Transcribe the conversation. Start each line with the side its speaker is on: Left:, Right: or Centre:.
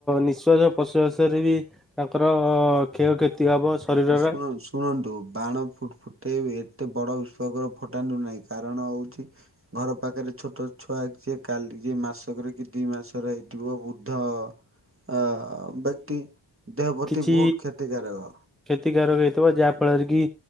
Centre: ନିଶ୍ଵାସ ପ୍ରଶ୍ଵାସରେ ବି ତାଙ୍କର କ୍ଷୟକ୍ଷତି ହବ ଶରୀରର
Right: ଆଉ ଶୁଣନ୍ତୁ ଶୁଣନ୍ତୁ ବାଣ ଫୁଟେଇବେ ଏତେ ବଡ ବିଶକର ଫୁଟାନ୍ତୁ ନାହିଁ କାରଣ ହଉଛି ଘର ପାଖରେ ଛୋଟ ଛୁଆ ଯେ କାଲି ଯେ ମାସକର କି ଦି ମାସକର ହେଇଥିବ ବୃଦ୍ଧ। ବ୍ୟକ୍ତି। ଦେହ ପ୍ରତି
Centre: କିଛି
Right: ବହୁତ କ୍ଷତିକାରକ।
Centre: କ୍ଷତିକାରକ ହେଇଥିବ। ଯାହା, ଫଳରେ କି